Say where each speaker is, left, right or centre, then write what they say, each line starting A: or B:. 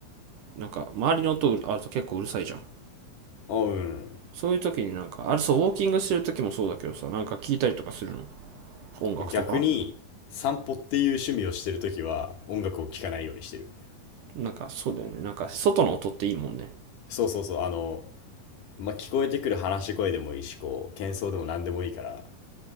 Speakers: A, on the right; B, on the left.
A: なんか周りの音あると結構うるさいじゃん
B: おううん。
A: そういう時になんかあれそうウォーキングしてる時もそうだけどさなんか聞いたりとかするの音楽とか
B: 俺逆に散歩っていう趣味をしてるときは音楽を聴かないようにしてる。
A: なんかそうだよねなんか外の音っていいもんね
B: そうそうそう。あの、まあ、聞こえてくる話し声でもいいし、こう、喧騒でも何でもいいから、